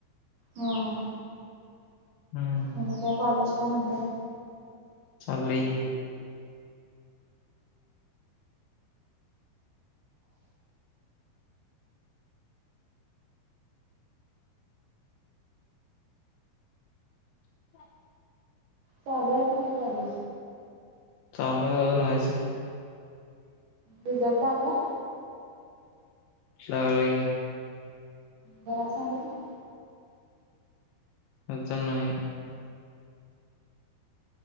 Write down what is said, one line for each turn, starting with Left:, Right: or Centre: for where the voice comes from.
Right: हां,
Left: हम्म
Right: मंग आता कॉलेज काय म्हनत?
Left: चांगलंय की. ह <unintelligible>
Right: चालूय हाय का, नही चालू?
Left: चालू य, अजून व्हायचंय.
Right: रिझल्ट लागला?
Left: श्रावण हाय की,
Right: घरात सांगितला?
Left: आजून नाही.